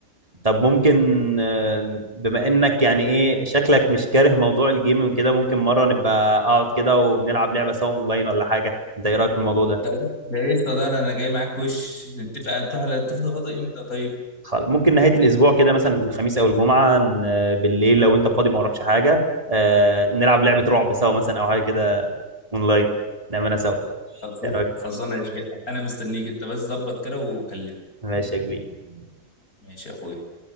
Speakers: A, on the right (about 25°); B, on the left (about 75°).
A: طب ممكن آه، بما انك يعني ايه شكلك مش كاره موضوع الجيمنج كده ممكن مره نبقى اقعد كده ونلعب لعبه سواء اونلاين ولا حاجه انت ايه رايك في الموضوع ده
B: ده ده قشطة ده انا انا جاي معاك وش نتفق هتروح على- تفضى فاضي امتى طيب
A: خل... ممكن نهاية الأسبوع كده مثلا الخميس أو الجمعة ن- بالليل لو أنت فاضي ما وراكش حاجة آه، نلعب لعبة رعب سوا مثلا أو حاجة كده أونلاين نعملها سوا
B: خلصان
A: إيه رأيك؟
B: خلصان يا شيخ. انا مستنيك انت بس ظبط كده وكلمني
A: ماشي يا كبير
B: ماشي يا اخويا